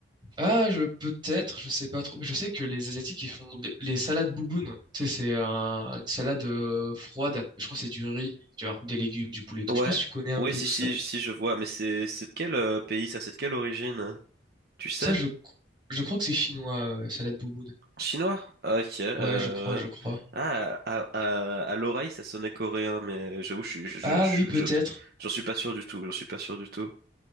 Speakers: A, on the right; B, on the right.
A: Ah, je peut-être, je sais pas trop, mais je sais que les Asiatiques ils font des- les salades bouboune. Tu sais, c'est un- une salade euh, froide. Je crois que c'est du riz, tu vois, des légumes, du poulet, et tout.
B: Ouais,
A: Je sais pas si tu connais un
B: oui,
A: peu
B: si,
A: tout
B: si,
A: ça.
B: si, je vois, mais c'est c'est de quel euh, pays ça? C'est de quelle origine? hein Tu sais?
A: Ça, je, je crois que c'est chinois, euh, salade bouboune.
B: Chinois? Ah, Ok. Euh...
A: Ouais, je crois, je crois.
B: Ah, à, à, à l'oreille, ça sonnait coréen, mais j'avoue, je, suis- je, je,
A: Ah
B: je-
A: oui, peut-être.
B: je- j'en suis pas sûr du tout. J'en suis pas sûr du tout.